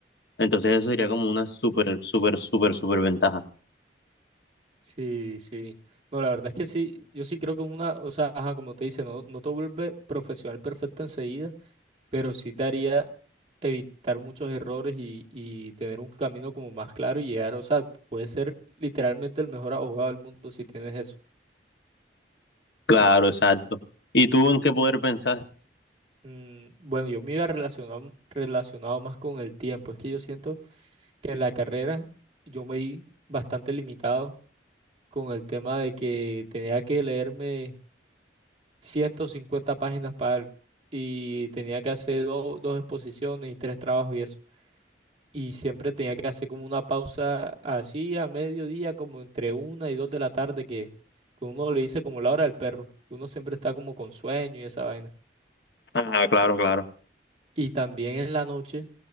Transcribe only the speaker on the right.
Sí, sí. No, la verdad es que sí, yo sí creo que es una, o sea, ajá, como te dice, no, no te vuelve profesional perfecto enseguida, pero sí te haría evitar muchos errores y, y tener un camino como más claro y llegar, o sea, puedes ser literalmente el mejor abogado del mundo si tienes eso.
Mm, bueno, yo me iba relacionado, relacionado más con el tiempo, es que yo siento que en la carrera yo me vi bastante limitado con el tema de que tenía que leerme. 150 páginas para algo. Y tenía que hacer do- dos exposiciones y tres trabajos y eso. Y siempre tenía que hacer como una pausa así a mediodía, como entre una y dos de la tarde, que, que uno le dice como la hora del perro. que Uno siempre está como con sueño y esa vaina.
Y también en la noche,